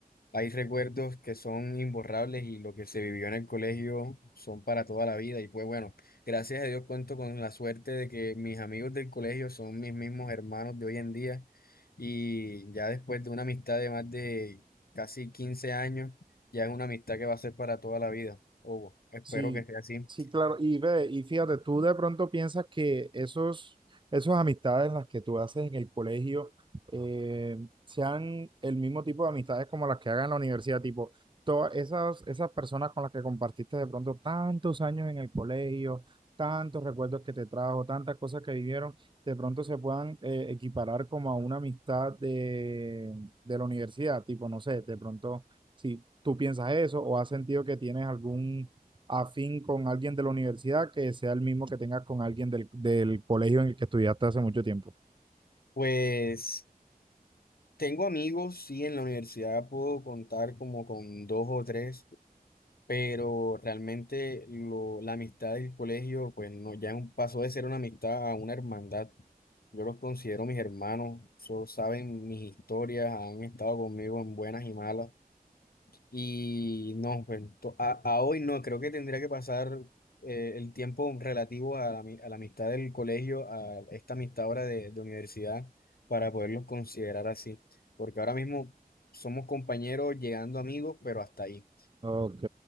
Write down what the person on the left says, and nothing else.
Hay recuerdos que son imborrables y lo que se vivió en el colegio son para toda la vida. Y pues bueno, gracias a Dios cuento con la suerte de que mis amigos del colegio son mis mismos hermanos de hoy en día. Y ya después de una amistad de más de casi 15 años, ya es una amistad que va a ser para toda la vida. O espero
que sea así.
Pues tengo amigos, sí, en la universidad puedo contar como con dos o tres. pero realmente lo, la amistad del colegio, pues no, ya un- pasó de ser una amistad a una hermandad. Yo los considero mis hermanos, so- saben mis historias, han estado conmigo en buenas y malas. Y no, pues to- a, a hoy no, creo que tendría que pasar eh, el tiempo relativo a la, ami- a la amistad del colegio, a esta amistad ahora de, de universidad, para poderlos considerar así. Porque ahora mismo somos compañeros llegando amigos, pero hasta ahí.